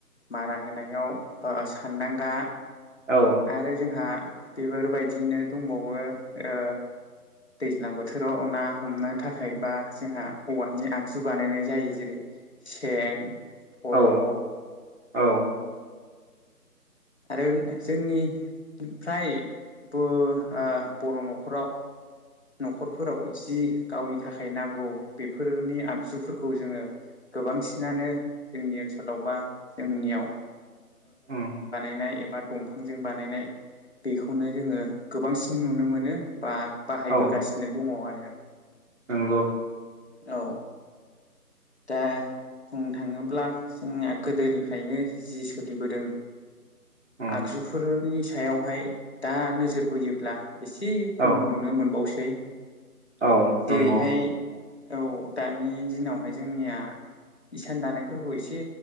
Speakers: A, on the left; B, on the right.
A: मारा होनायाव सानदांगा
B: औ
A: आरो जोंहा बेफोरबायदिनो दंबावो ओ दैज्लां बो थोराव ना हमनो थाखाय बा जोंहा औवानि आगजु बानायनाय जायो जेरै सेन फल'
B: औ औ
A: आरो जोंनि फ्रायबो ओ बर' न'खराव न'खरफोराव जि गावनि थाखाय नांगौ बेफोरनि आगजुफोरखौ जोङो गोबांसिनानो जोंनि ओनसोलाव बा जोंनियाव
B: ओम
A: बायनाय एबा दंफांजों बानायनाय दैखौनो जोङो गोबांसिन नुनो मोनो बा बाहायबोगासिनो
B: औ
A: दङ आरो
B: नंगौ
A: औ दा बुंनो थाङोब्ला जोंनिया गोदोनिफ्रायनो जि सोलिबोदों
B: उम
A: आगजुफोरनि सायावहाय दा नोजोर बोयोब्ला एसे खम
B: औ
A: नुनो मोनबावसै।
B: औ
A: जेरैहाय
B: नंगौ।
A: औ दानि दिनावहाय जोंनिया इसान दानायफोरखौ एसे